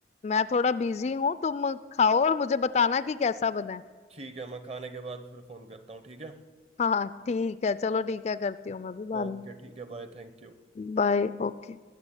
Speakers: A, on the left; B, on the right.
A: मैं थोड़ा बिजी हूँ तुम खाओ और मुझे बताना कि कैसा बना है
B: ठीक है मैं खाने के बाद फिर फोन करता हूँ ठीक है
A: हाँ हाँ, ठीक है चलो ठीक है करती हूँ मैं भी बाद
B: ओके
A: में
B: ठीक है बाय Thank you
A: Bye okay